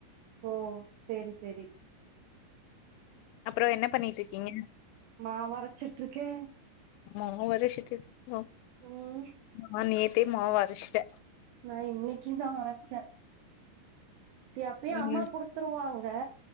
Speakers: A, on the right; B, on the left.
A: ஓ செரி செரி
B: அப்பறோ என்ன பண்ணிட்டு இருக்கீங்க
A: மாவரச்சிட்டுருக்கே
B: மாவரச்சிட்டு இருக்கிங்களோ
A: ம்
B: நா நேத்தே மாவு அரச்சிட்டே
A: நா இன்னைக்கி தா அரச்சே எப்பயு
B: ம்
A: அம்மா குடுத்துருவாங்க